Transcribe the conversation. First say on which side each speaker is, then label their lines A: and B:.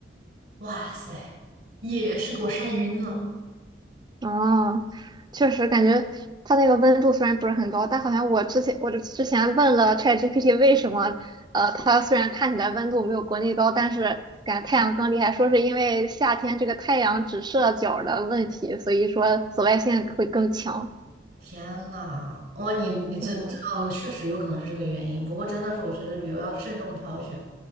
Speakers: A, on the right; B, on the right.
A: 哇塞，也是给我晒晕了。
B: 哦，确实感觉它那个温度虽然不是很高，但好像我之前我之前问了 ChatGPT 为什么，呃，它虽然看起来温度没有国内高，但是感觉太阳更厉害，说是因为夏天这个太阳直射角儿的问题，所以说紫外线会更强。
A: 天呐，哇，你你这这哦，
B: 嗯。
A: 确实有可能是这个原因。不过真的是，我觉得旅游要慎重挑选。